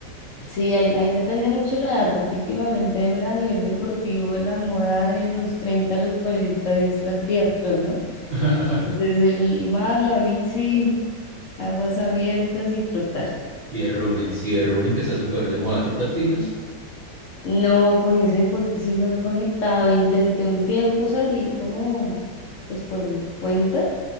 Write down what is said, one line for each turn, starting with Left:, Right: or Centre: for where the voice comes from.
Left: Sí, ahí, ahí depende mucho la edad, porque últimamente a nivel deportivo la moda de los 30 a los 40 es la triatlón, ¿no?
Right: <laughs>
Left: Entonces el mar, la bici, aguas abiertas y trotar.
Right: Y de running, sí, de running que está súper de moda, ¿tú practicas?
Left: No, con ese deporte sí no he conectado. Intenté un tiempo salir como, pues por mi cuenta,